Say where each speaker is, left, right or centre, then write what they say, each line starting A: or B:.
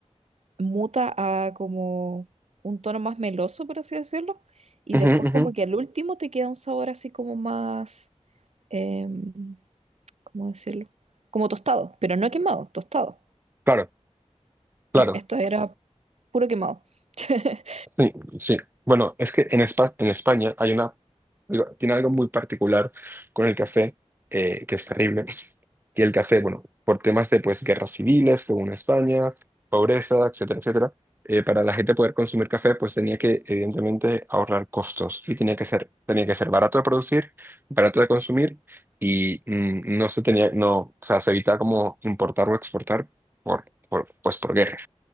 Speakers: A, on the right (about 70°); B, on the right (about 20°).
A: muta a como un tono más meloso, por así decirlo, y
B: ujú,
A: después
B: ujú.
A: como que al último te queda un sabor así como más, em, ¿cómo decirlo? Como tostado, pero no quemado, tostado.
B: Claro, claro.
A: No, esto era puro quemado. <laughs>
B: Sí, sí. Bueno, es que en Espa- en España hay una, digo, tiene algo muy particular con el café eh, que es terrible, que el café, bueno, por temas de pues guerras civiles, según España, pobreza, etcétera, etcétera, eh, para la gente poder consumir café, pues tenía que evidentemente ahorrar costos y tenía que ser, tenía que ser barato de producir, barato de consumir y mm, no se tenía, no, o sea, se evitaba como importar o exportar por, por, pues por guerra.